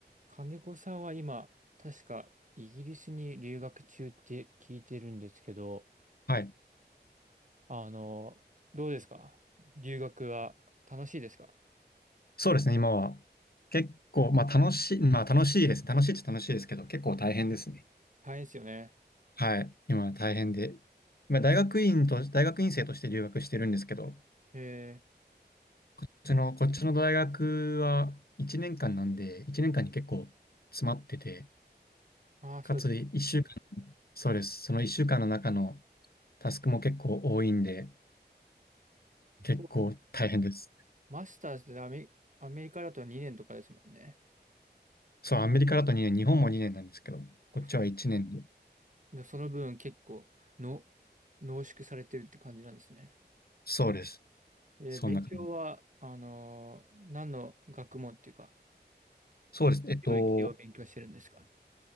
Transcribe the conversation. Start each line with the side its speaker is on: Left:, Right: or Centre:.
Right: 金子さんは今、確かイギリスに留学中って聞いてるんですけど、
Left: はい。
Right: あの、どうですか留学は楽しいですか
Left: そうですね、今は。結構、まあ楽しい、まあ楽しいです。楽しいっちゃ楽しいですけど、結構大変ですね。
Right: 大変ですよね。
Left: はい。今は大変で。まあ大学院と、大学院生として留学してるんですけど、
Right: え
Left: こっちの、こっちの大学は1年間なんで、1年間に結構詰まってて、
Right: ー、ああ、そうで
Left: かつ1週間、そうです。その1週間の中のタスクも結構多いんで、結構大変です。
Right: す。そうですね。マスターズでアメ、アメリカだと2年とかですもんね。
Left: そう、アメリカだと2年、日本も2年なんですけど、
Right: こ
Left: こっちは1年で。
Right: でその分結構の濃縮されてるって感じなんですね。
Left: そうです。
Right: えー、
Left: そんな感じ。
Right: 勉強は、あのー何の学問っていうか、
Left: そうです。えっと、
Right: 領域を勉強してるんですか